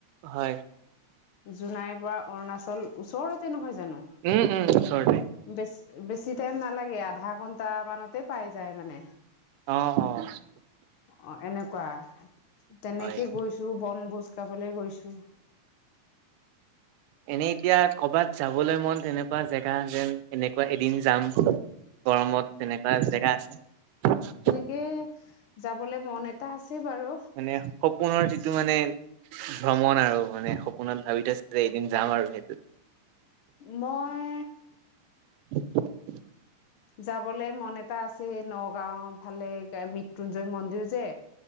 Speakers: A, on the right (about 80°); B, on the left (about 70°).
A: হয়
B: জোনাইৰ পৰা অৰুণাচল ওচৰতে নহয় জানো?
A: উম উম। ওচৰতে
B: বেছি বেছি টাইম নালাগে আধা ঘন্টা মানতে পাই যায় মানে।
A: অঁ অঁ।
B: অ এনেকুৱা তেনেকে
A: অ',
B: গৈছোঁ বনভোজ খাবলৈ গৈছোঁ।
A: এনেই এতিয়া কৰ'বাত যাবলৈ মন তেনেকুৱা জেগা যেন এনেকুৱা এদিন যাম? গৰমত তেনেকুৱা জেগা আছে?
B: তাকেই যাবলে মন এটা আছে বাৰু।
A: মানে সপোনৰ যিটো মানে ভ্ৰমণ আৰু মানে সপোনত ভাবি থৈছে যে এদিন যাম আৰু সেইটোত।
B: মই
A: <unintelligible>
B: যাবলে মন এটা আছে নগাঁও ফালে এ মৃত্যুঞ্জয় মন্দিৰ যে।